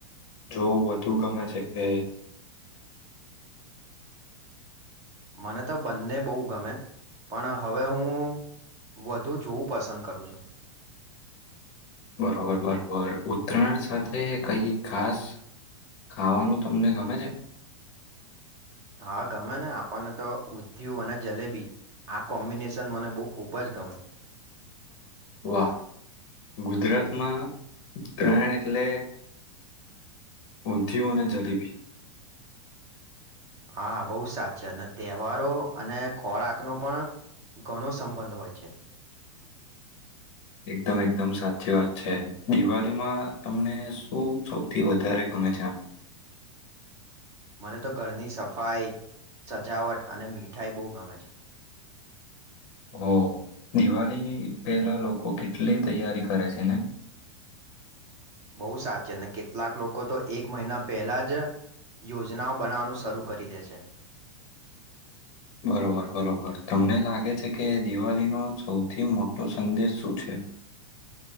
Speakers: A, on the left; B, on the right.
A: જોવું તું ગમે છે ગ
B: મને તો બંને બહુ ગમે પણ હવે હું વધુ જોવું પસંદ કરું છું
A: બરોબર બરોબર ઉત્તરાયણ સાથે કઈ ખાસ ખાવાનું તમને ગમે છે
B: હા ગમે ને આપણને તો ઉધયુ અને જલેબી આ કોમ્બિનેશન મને બહુ ખૂબ જ ગમે
A: વાહ! ગુજરાતમાં પ્રાણ એટલે ઊંંધયું અને જલી ભી
B: હા બહુ સાચી અને તહેવારો અને ખોરાકનોો પણ ઘણો સંબંધ હોય છે
A: <inaudible> એકદમ એકદમ સાચી વાત છે દિવાળીમાં તમને શું સૌથી વધારે હમે થા
B: મને તો ઘરની સફાઈ સજાવટ અને મીઠાઈ બહુ ગમે છે
A: <inaudible> હ દિવાળી પેલા લોકો કેટલી તૈયારી કરે છે ને <inaudible>
B: બહુ સાચી અને કેટલાક લોકો તો એક મહિના પહેલા જ યોજનાઓ બનાવાનું શરૂ કરી દે છે.
A: <unintelligible> બરોબર, બરોબર. તમને લાગે છે કે, દિવાલીનો સૌથી મોટો સંદેશ શું છે? <unintelligible>